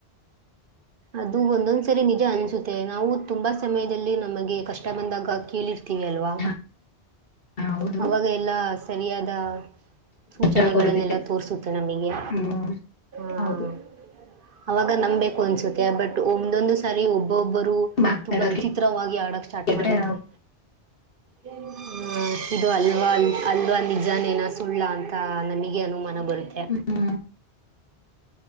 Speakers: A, on the right; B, on the left.
A: ಅದು ಒಂದೊಂದ್ಸರಿ ನಿಜ ಅನಸುತ್ತೆ ನಾವು ತುಂಬಾ ಸಮಯದಲ್ಲಿ ನಮಗೆ ಕಷ್ಟ ಬಂದಾಗ ಕೇಳ ತಿಳಿಯಲ್ಲ್ವಾ
B: ಹಾ ಹೌದು
A: <inaudible> ಅವಾಗ ಎಲ್ಲಾ ಸರಿಯಾದ ಸೂಚನೆಗಳನ್ನೆಲ್ಲ
B: ಜ್ವರ ಕೊಡುತ್ತೆ
A: ತೋರಿಸುತ್ತೆ ನಮಗೆ
B: ಹ್ಮ್
A: <inaudible>
B: ಹೌದು
A: ಹಾ ಅವಾಗ ನಂಬ್ಬೇಕು ಅನ್ಸುತ್ತೆ ಬಟ್ ಒಂದ್ದೊಂದು ಸಾರಿ ಒಬ್ಬೊಬ್ಬರು
B: ಮಾತಾಡೋದ್
A: ತುಂಬಾ ವಿಚಿತ್ರವಾಗಿ ಆಡಕ್ ಸ್ಟಾರ್ಟ್
B: ಕೇಳಿದ್ರೆ
A: ಮಾಡಿದ್ದೆ <inaudible> ಆ ಇದು ಅಲ್ವಾ ಅಲ್ವಾ ನಿಜಾನೇನ ಸುಳ್ಳ ಅಂತ ನಮಗೆ ಅನುಮಾನ ಬರುತ್ತೆ.
B: ಹ್ಮ